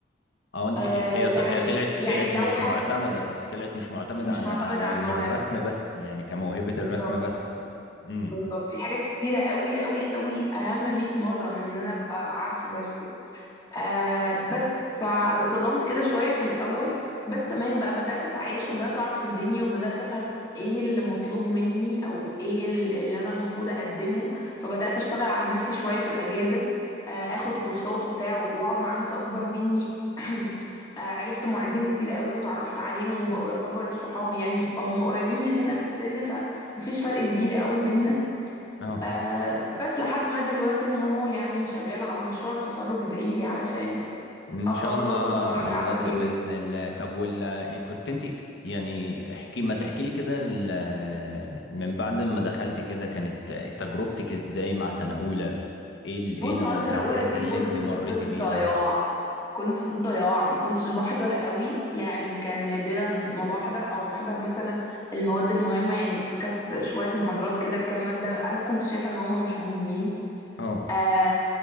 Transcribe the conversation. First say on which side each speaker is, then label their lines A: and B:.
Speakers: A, on the left (about 70°); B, on the left (about 20°).
A: اه انت
B: آه
A: هي
B: يعني
A: ص... هي طلعت
B: يعني
A: طلعت
B: لو
A: مش
B: حد
A: معتمده طلعت مش معتمده
B: مش
A: على
B: معتمد
A: على
B: على
A: الم-
B: الموهبه
A: الرسم بس يعني كموهبه
B: بالظبط
A: الرسم بس امم
B: بالظبط في حاجات كتيره قوي قوي قوي اهم 100 مره من ان انا ابقى عارفه برسم آه بس فاتصدمت كده شوية في الأول بس تمام بقى بدأت أتعايش وبدأت أعرف الدنيا وبدأت أفهم إيه اللي مطلوب مني أو إيه ال- اللي أنا المفروض أقدمه فبدأت أشتغل على نفسي شوية في الأجازة آه آخد كورسات وبتاع وأقعد مع ناس أكبر مني <clears throat> آه عرفت معيدين كتير قوي وتعرفت عليهم وبقوا يعتبر صحابي يعني هم قريبين مننا في السن فمفيش فرق كبير قوي بينا
A: امم
B: آه بس لحد ما دلوقتي انا هو يعني شغاله على مشروع التخرج ادعيلي علشان
A: ان
B: اخلص
A: شاء الله
B: واتخرج
A: تخلصي
B: على خير
A: باذن الله طب ولا كنت انت يعني احكي ما تحكي لي كده ال- من بعد ما دخلت كده كانت تجربتك ازاي مع سنه اولى ايه ال...
B: بص
A: ايه الاحداث
B: هو انا سنه اولى دي
A: اللي
B: كنت
A: انت مريتي
B: في الضياع
A: بيها
B: كنت في الضياع ما كنتش بحضر قوي يعني كان نادرا ما بحضر او بحضر مثلا المواد المهمه يعني فكست شويه محاضرات كده لكام ماده انا كنت شايفه ان هما مش مهمين
A: اه
B: آه